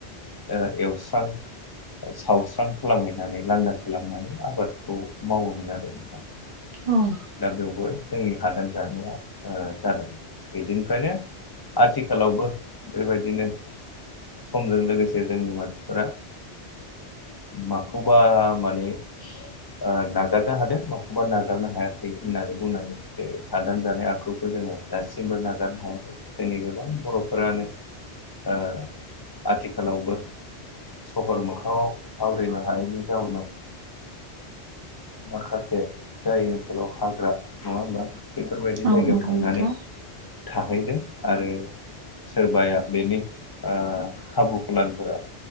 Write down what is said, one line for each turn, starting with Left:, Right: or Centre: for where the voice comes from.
Left: ओ एवस्रां सावस्रां खालामहैनानै लांदां खालामनानै आबादखौ मावोमोन आरो दा
Right: ह'
Left: दा बेवबो जोंनि हादान जानाया ओ जादों। बिदिनिफ्रायनो आथिखालावबो बेबायदिनो समजों लोगोसे जोंनि मानसिफोरा माखौबा माने ओ नागारनो हादों माखौबा नागारनो हायाखै। होननानै बुंनानै हादान जानाय आखुखौ जोङो दासिमबो नागारनो हायाखै जोंनि गोबां बर'फोरानो ओ आथिखालावबो सहर मोखाङाव थावरिनो हायैनि जाउनाव माखासे जाय ओनसोलाव हाग्रा नङा होमबा? बेफोरबायदि
Right: औ
Left: जायगायाव
Right: नंगौ
Left: थांनानै
Right: नोंथां
Left: थाहैदो आरो। सोरबाया बेनि ओ खाबुखौलानफोरा